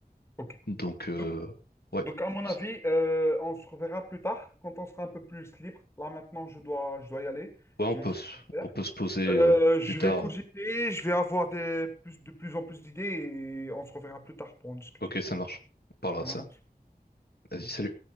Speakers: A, on the left; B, on the left.
A: Ok.
B: Donc, euh,
A: Donc,
B: ouais,
A: donc, à mon
B: C'est-
A: avis, euh, on se reverra plus tard, quand on sera un peu plus libre. Là, maintenant, je dois, je dois y aller.
B: ouais, on
A: J'ai
B: peut,
A: des choses
B: se-
A: à faire.
B: on peut se poser,
A: Euh,
B: euh,
A: je
B: plus tard.
A: vais cogiter, je vais avoir des, plus, de plus en plus d'idées, et on se reverra plus tard pour en discuter.
B: Ok, ça marche. On parlera
A: très
B: de
A: malheureux
B: ça. Vas-y, salut.